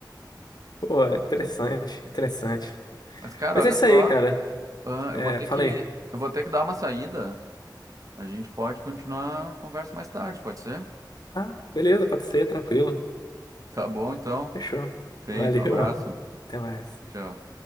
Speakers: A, on the left; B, on the right.
A: Pô, é interessante,
B: né?
A: interessante.
B: Mas, cara,
A: Mas
B: olha
A: é isso
B: só,
A: aí, cara.
B: ah,
A: É,
B: eu vou ter
A: falei.
B: que, eu vou ter que dar uma saída. A gente pode continuar a conversa mais tarde, pode ser?
A: Ah, beleza, pode ser, tranquilo.
B: Tá bom, então.
A: Fechou.
B: Feito,
A: Valeu,
B: um abraço.
A: <laughs> mano. Até mais.
B: Tchau.